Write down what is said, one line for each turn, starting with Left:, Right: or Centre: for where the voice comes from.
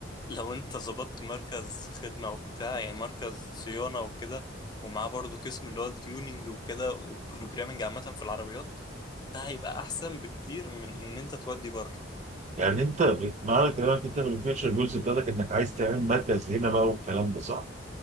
Left: لو انت ظبطت مركز خدمة وبتاع يعني مركز صيانة وكده ومعاه برضو قسم اللي هو التيوننج وكده وبروجرامنج عامة في العربيات ده هيبقى احسن بكتير من ان انت تودي بره
Right: يعني انت معنى كلامك انت من الفيوتشر جولز بتاعتك انك عايز تعمل مركز هنا بقى والكلام ده صح؟